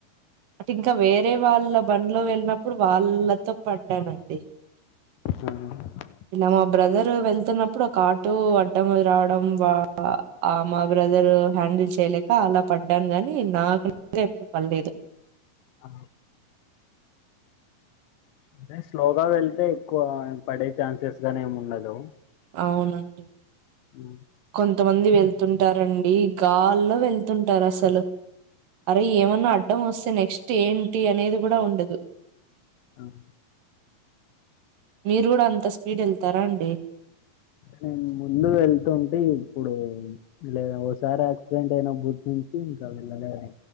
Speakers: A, on the right (about 75°); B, on the left (about 85°).
A: ఐతె ఇంకా వేరే వాళ్ళ బండ్లో వెళ్ళినప్పుడు వాళ్ళతో పడ్డానండి
B: ఆ
A: ఇలా మా బ్రదర్ వెళ్తున్నప్పుడు ఒక ఆటో అడ్డం రావడం బ ఆ మా బ్రదర్ హ్యాండిల్ చేయలేక అలా పడ్డాను గాని నాకు నేను ఎప్పుడు పడ్లేదు
B: అ అంటే స్లోగా వెళ్తే ఎక్కువ ఏం పడే ఛాన్సెస్ గని ఏం ఉండదు
A: అవునండి
B: ఉమ్
A: కొంతమంది వెళ్తుంటారండి గాల్లో వెళ్తుంటారు అసలు అరే ఏమన్నా అడ్డం వస్తే నెక్స్ట్ ఏంటి అనేది గూడా ఉండదు
B: ఆహ
A: మీరు గూడా అంత స్పీడ్ ఎళ్తారా అండి
B: నేను ముందు వెళ్తుంటి ఎప్పుడో లేదు ఓసారి యాక్సిడెంట్ అయిన బుట్నుంచి ఇంక వెళ్ళలేదండి